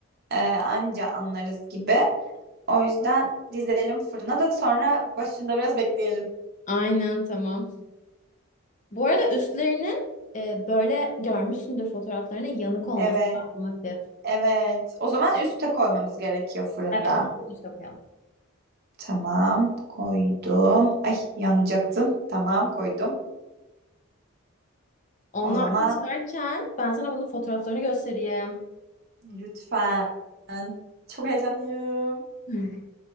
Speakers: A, on the right; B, on the left.
A: Ee, anca anlarız gibi. O yüzden dizelim fırına da sonra başında biraz bekleyelim.
B: Aynen tamam. Bu arada üstlerinin e, böyle görmüşsündür fotoğraflarını yanık olması
A: Evet
B: lazım hafif.
A: evet o zaman üste koymamız gerekiyor fırında.
B: Evet. Üste koyalım.
A: Tamam koydum. Ay yanacaktım. Tamam koydum.
B: Onlar
A: O zaman
B: pişerken ben sana bunun fotoğraflarını göstereyim. <laughs>
A: lütfen. Çok heyecanlıyım.
B: Hmm.